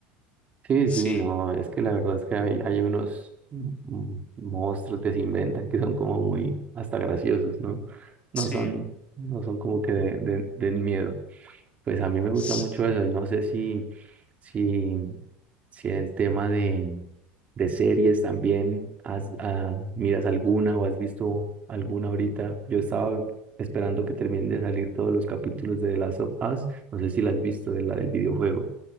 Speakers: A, on the right; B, on the left.
A: sí,
B: Sí,
A: sí, no, es que la verdad es que hay, hay unos mm, monstruos que se inventan que son como muy hasta graciosos, ¿no? No
B: sí,
A: son, no son como que de, de, den miedo. Pues a mí me gusta
B: s-
A: mucho eso y no sé si, si, si el tema de, de series también, has, ah, miras alguna o has visto alguna ahorita. Yo estaba esperando que terminen de salir todos los capítulos de The Last of Us, no sé si la has visto, de la del videojuego.